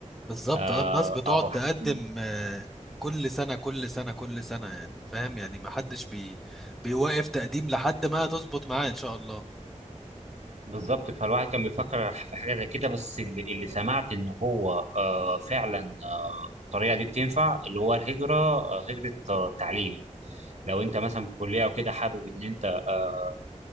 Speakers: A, in the centre; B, on the right.
A: بالظبط
B: آه
A: اه الناس بتقعد
B: او
A: تقدم
B: ح- م-
A: آه، كل سنة كل سنة كل سنة يعني فاهم يعني ما حدش بي بيوقف تقديم لحد ما تظبط معاه إن شاء الله
B: بالظبط فالواحد كان بيفكر في حاجه زي كده بس اللي, اللي سمعت ان هو آه فعلا آه الطريقه دي بتنفع اللي هو الهجره آه هجره آه تعليم لو انت مثلا في كليه او كده حابب ان انت آه،